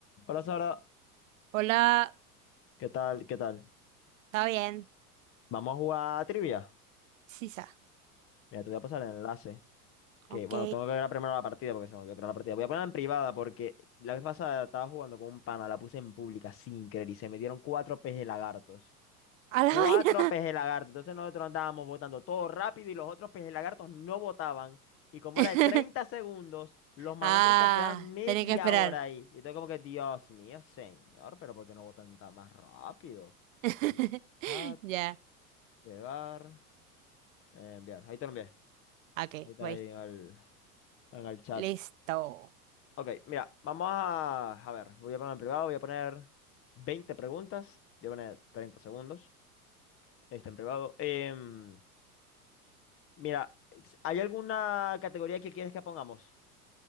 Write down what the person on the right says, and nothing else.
Hola,
está bien.
Sisa,
ok.
A
la vaina.
<laughs>
Ah,
tenía que esperar.
<laughs>
Ya,
ok,
voy.
Listo.